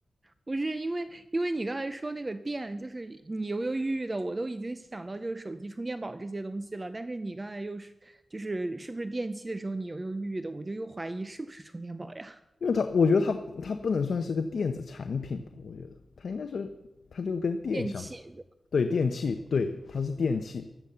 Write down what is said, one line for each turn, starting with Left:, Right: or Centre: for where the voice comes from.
Right: 不是因为，因为你刚才说那个电，就是你犹犹豫豫的，我都已经想到就是手机充电宝这些东西了。但是你刚才又是就是是不是电器的时候，你犹犹豫豫的，我就又怀疑是不是充电宝呀？
Left: <laughs> 因为它，我觉得它它不能算是个电子产品吧，我觉得它应该是它就跟电相关，
Right: <laughs> 电器，
Left: 对，电器，对，它是电器，